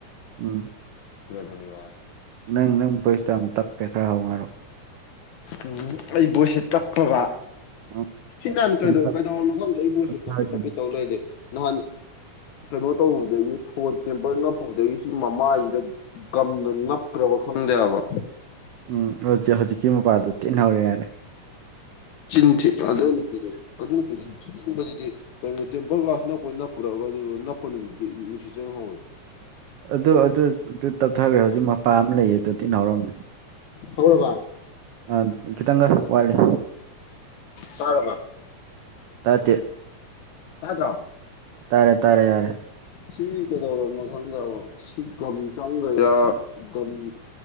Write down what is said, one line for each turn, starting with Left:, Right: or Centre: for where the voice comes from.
Right: ꯎꯝ
Left: ꯖꯔꯃꯅꯤ ꯋꯥꯟ
Right: ꯅꯪ ꯅꯪ ꯄꯣꯏꯁꯇꯣ ꯌꯥꯝ ꯇꯞꯄꯦ ꯈꯔ ꯍꯧꯅ ꯍꯥꯏꯔꯣ
Left: ꯎꯝ ꯑꯩ ꯕꯣꯏꯁꯁꯦ ꯇꯞꯄꯕ
Right: ꯎꯝ
Left: ꯁꯤ ꯅꯍꯥꯟ ꯀꯩꯗ
Right: ꯁꯨꯝ ꯇꯞ
Left: ꯀꯩꯗꯧꯔꯝꯅꯣ ꯈꯪꯗꯦ ꯑꯩꯕꯣꯏꯁ
Right: ꯇꯞꯊꯒꯤꯅꯤ
Left: ꯁꯨ ꯇꯞꯄꯤ ꯇꯞꯄꯤ ꯇꯧ ꯂꯩꯔꯦ ꯅꯍꯥꯟ ꯀꯩꯅꯣ ꯇꯧꯕꯗꯒꯤ ꯐꯣꯟ ꯇꯦꯝꯄꯔ ꯅꯞꯄꯨꯕꯗꯒꯤ ꯃꯃꯥꯏꯖꯤꯗ ꯒꯝꯅ ꯅꯞꯈ꯭ꯔꯕ ꯈꯪꯗꯦꯍꯥꯕ
Right: ꯎꯝ ꯍꯧꯖꯤꯛ ꯍꯧꯖꯤꯛꯀꯤ ꯃꯄꯥꯗꯨ ꯇꯤꯍꯧꯔꯦ ꯌꯥꯔꯦ
Left: ꯆꯤꯟꯊꯤ ꯑꯗꯨ ꯅꯨꯄꯤꯗꯨ ꯑꯗꯨ ꯅꯨꯄꯤꯗꯨ ꯊꯤꯅꯤꯡꯕꯖꯤꯗꯤ ꯀꯩꯅꯣ ꯇꯦꯝꯄꯜ ꯒꯂꯥꯁ ꯅꯞꯄ ꯅꯞꯄꯨꯔꯒ ꯑꯗꯨ ꯅꯞꯄ ꯅꯨꯃꯤꯠꯇꯩ ꯅꯨꯡꯁꯤꯠ ꯆꯪꯍꯧꯔꯦ
Right: ꯑꯗꯨ ꯑꯗꯨ ꯇꯞꯊꯈ꯭ꯔꯦ ꯍꯧꯖꯤꯛ ꯃꯄꯥ ꯑꯃ ꯂꯩꯌꯦ ꯑꯗ ꯇꯤꯟꯍꯧꯔꯝꯃꯦ
Left: ꯍꯧꯔꯕꯥ
Right: ꯑꯥ ꯈꯤꯇꯪꯒ ꯋꯥꯠꯂꯤ
Left: ꯇꯥꯔꯕ
Right: ꯇꯥꯗꯦ
Left: ꯇꯗ꯭ꯔꯣ
Right: ꯇꯥꯔꯦ ꯇꯥꯔꯦ ꯌꯥꯔꯦ
Left: ꯁꯤ ꯀꯩꯗꯧꯔꯕꯣ ꯈꯪꯗꯦꯕ ꯁꯤ ꯒꯝ ꯆꯪꯒꯩꯔ ꯒꯝ